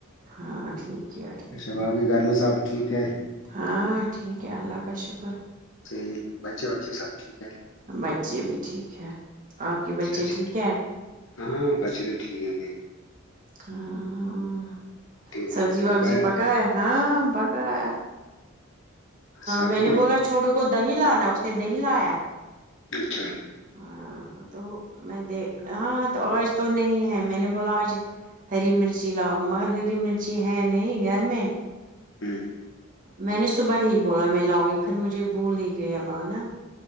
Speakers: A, on the right; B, on the left.
A: ہاں ٹھیک کیا ٹھیک
B: اچھا
A: کیا
B: باقی گھر میں سب ٹھیک ہے
A: ہاں ٹھیک ہے اللہ کا شکر
B: صحیح بچے وچے سب ٹھیک ہے
A: بچے بھی ٹھیک ہے آپ کے
B: اچھا
A: بچے
B: اچھا
A: ٹھیک ہے
B: ہاں بچے تو ٹھیک ہے
A: ہاں
B: تو
A: سبزی وبزی
B: پکایا
A: پکائے ہاں پکایا
B: سبزی
A: میں نے
B: تو
A: بولا چھوٹو کو دہی لانا اس نے دہی لایا
B: اچھا
A: ہاں تو میں دے ہاں تو آج تو نہیں ہے میں نے بولا آج ہری مرچی لاؤ مگر ہری مرچی ہے نہیں گھر میں
B: ہمم
A: میں نے صبح ہی بولا میں لاؤں گی پھر مجھے بھول ہی گیا لانا